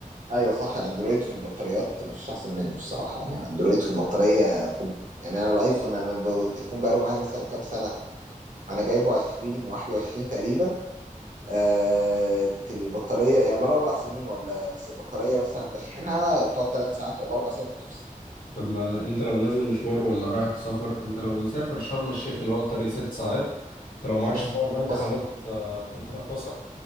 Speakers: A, on the right; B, on the left.
A: ايوه صح الاندرويد في البطاريات مفيش احسن منه الصراحه يعني الاندرويد في البطاريه طب يعني انا الايفون انا الب- التليفون بقاله معايا مثلا كام سنه انا جايبه 20 21 تقريبا آه الت- البطاريه يعني بقاله اربع سنين ولا بس البطاريه مثلا بشحنها تقعد ثلاث ساعات ولا اربع ساعات وتفصل
B: طب ما انت لو نازل مشوار ولا رايح سفر انت لو مسافر شرم الشيخ اللي هو الطريق ست ساعات انت لو معكش
A: خلاص
B: باور بانك
A: فصل
B: خلاص انت تليفونك فصل